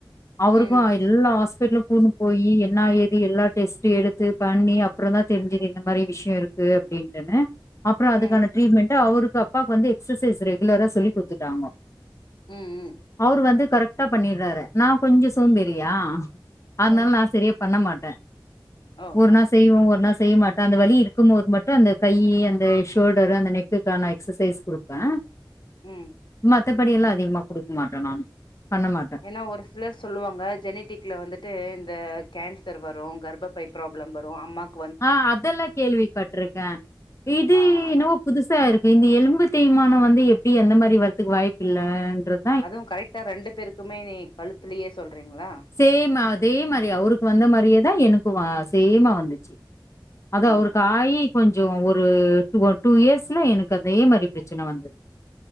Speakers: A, on the left; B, on the left.
A: அவருக்கு
B: ம்
A: எல்லா ஹாஸ்பிட்டலு கூட்னு போயி என்னா ஏது எல்லா டெஸ்ட்டு எடுத்து பண்ணி அப்றோந்தா தெரிஞ்சுது இந்த மாரி விஷ்யோ இருக்கு அப்டின்ட்டுன்னு அப்றோ அதுக்கான
B: ம்
A: ட்ரீட்மெண்ட்டு அவருக்கு அப்பாவுக்கு வந்து எக்சசைஸ் ரெகுலரா சொல்லி குடுத்துட்டாங்கோ
B: ம் ம்
A: அவரு வந்து கரெக்டா பண்ணீட்றாரு நா கொஞ்ச சோம்பேறியா அதுனால
B: ம்
A: நா செரியா பண்ண மாட்டே
B: ஓஹோ
A: ஒரு நாள் செய்வோ ஒரு நாள் செய்ய மாட்டோ அந்த வலி இருக்கும் போது மட்டு அந்த கை அந்த ஷோல்டரு அந்த நெக் க்குக்கான எக்ஸசைஸ் குடுப்பே
B: ம்
A: மத்தப்படி எல்லா அதிகமா குடுக்க மாட்டே நானு பண்ண மாட்டே
B: ன்னா ஒரு சிலர் சொல்லுவாங்க ஜெனட்டிக்ல வந்துட்டு இந்த கேன்சர் வரு கர்பப்பை ப்ராப்ளம் வரு அம்மாக்
A: ஆ அதெல்லா கேள்விப்பட்ருக்கே இது
B: ஆ
A: இன்னவோ புதுசா இருக்கு இந்த எலும்பு தேய்மானோ வந்து எப்டி அந்த மாரி வர்றதுக்கு வாய்ப்பு இல்லன்றது
B: அதுவு கரெக்ட்டா ரெண்டு பேருக்குமே நீ கழுத்துலேயே சொல்றீங்களா
A: சேம் அதே மாரி அவருக்கு வந்த மாரியேதா எனக்கு சேமா வந்துச்சு அது
B: ஓ
A: அவருக்கு ஆகி கொஞ்ச கொஞ்ச ஒரு டூ வ டூ இயர்ஸ்ல எனக்கு அதே மாரி ப்ரச்சன வந்தது